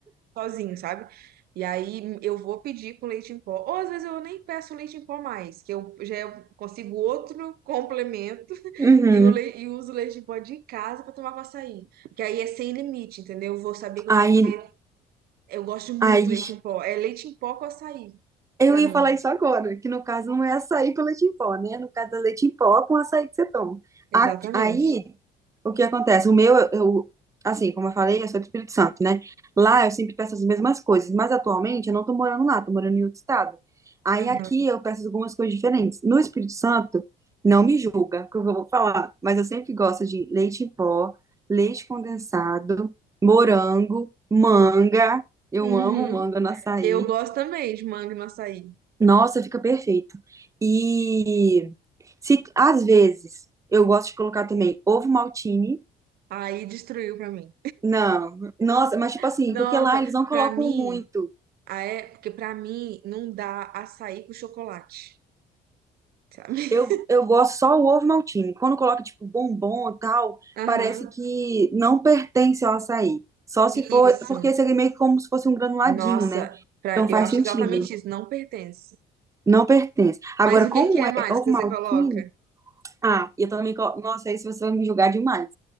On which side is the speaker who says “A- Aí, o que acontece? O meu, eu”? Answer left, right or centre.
Right